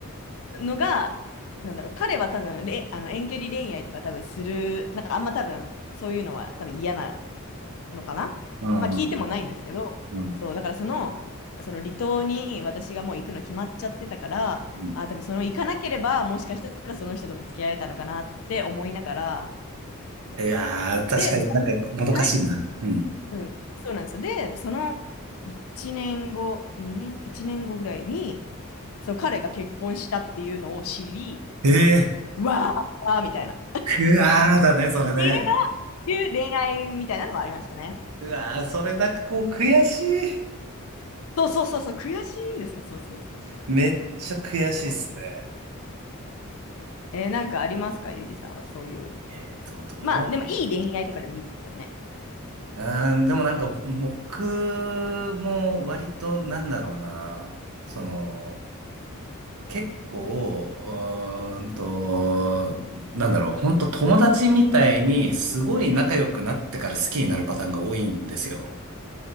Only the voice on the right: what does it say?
うんうんうん。
うん
いやー、確かになんかもどかしいな。
うん。
ええ
ー、うわーだね、それね。
うわー、それなんかこう悔しい。
めっちゃ悔しいっすね。
えーと、ど
ううーん、でもなんか僕も割となんだろうな。その、結構、うーんと、なんだろう、本当友達みたいにすごい仲良くなってから好きになるパターンが多いんですよ。